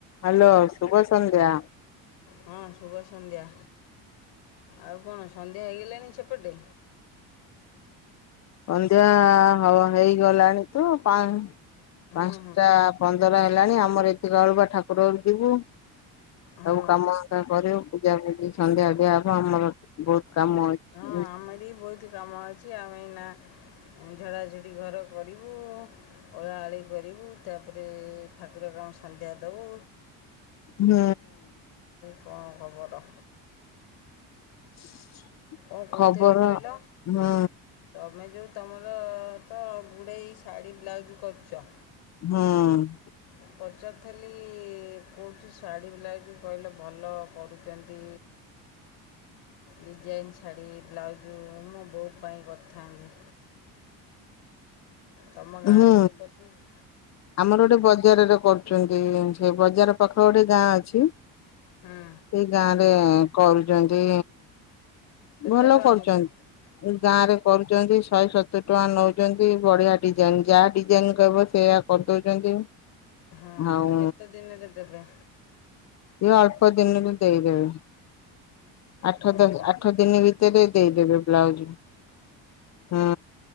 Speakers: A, on the left; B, on the left.
A: Hello ଶୁଭ ସନ୍ଧ୍ୟା
B: ହଁ ଶୁଭ ସନ୍ଧ୍ୟା। ଆଉ କଣ ସନ୍ଧ୍ୟା ହେଇଗଲାଣି ସେପଟେ?
A: ସନ୍ଧ୍ୟା ହ ହେଇଗଲାଣି ତୁ ପା
B: ହଁ
A: ପାଞ୍ଚଟା
B: ହଁ
A: ପନ୍ଦର। ହେଲାଣି ଆମର ଏତିକା ବେଳୁ ବା ଠାକୁର ଯିବୁ। ସବୁ
B: ହଁ
A: କାମ କରିବୁ। ପୂଜା ପୂଜି ସନ୍ଧ୍ୟା ଦିଆ ହବ। ଆମର ବହୁତ କାମ ଅଛି।
B: ଆମ
A: ହୁଁ
B: ବି ବହୁତ କାମ ଅଛି। କି ଆମେ ନା ଅ ଝଡ଼ାଝୁଡ଼ି ଘର କରିବୁ। ଓଳା ଅଳି କରିବୁ, ତାପରେ ଠାକୁର କ ଆମେ ସନ୍ଧ୍ୟା ଦବୁ।
A: ହୁଁ।
B: କଣ ଖବର?
A: <inaudible>
B: କଣ କହୁଥିଲି
A: ଖବର
B: କହିଲ
A: ହୁଁ
B: ତମେ ଯଉ ତମର ତ ଗୁଡ଼େ ଶାଢ଼ୀ ବ୍ଲାଉଜ୍ କରୁଛ।
A: ହଁ।
B: ମୁଁ ପଚାରିଥିଲି କଉଁଠି ଶାଢ଼ୀ ବ୍ଲାଉଜ କହିଲେ ଭଲ କରୁଚନ୍ତି, ଡିଜାଇନ୍ ଶାଢ଼ୀ ବ୍ଲାଉଜ ମୁଁ ବୋଉ ପାଇଁ କରିଥାନ୍ତି। ତୁମ ଗାଁରେ
A: ହୁଁ
B: କିଏ କରୁଛନ୍ତି
A: ଆମର ଗୋଟେ ବଜାରରେ କରୁଛନ୍ତି ସେ ବଜାର ପାଖରେ ଗୋଟେ ଗାଁ ଅଛି। ସେଇ
B: ହଁ
A: ଗାଁ ରେ କରୁଚନ୍ତି।
B: କେତେ
A: ଭଲ
B: ଟଙ୍କା
A: କରୁଚନ୍ତି
B: ନେଉଛନ୍ତି
A: ଗାଁରେ କରୁଚନ୍ତି। ଶହେ ସତୁରି ଟଙ୍କା ନଉଛନ୍ତି ବଢିଆ ଡିଜାଇନ ଯାହା ଡିଜାଇନ କହିବ ସେଇୟଆ କରିଦଉଛନ୍ତି।
B: ହଁ
A: ଆଉ
B: କେତେ ଦିନରେ ଦେବେ?
A: ଅଳପ ଦିନ ରେ ଦେଇଦେବେ। ଆଠ
B: ହଁ
A: ଦଶ
B: ହଁ
A: ଆଠ ଦିନ ଭିତରେ ଦେଇଦେବେ ବ୍ଲାଉଜ ହୁଁ।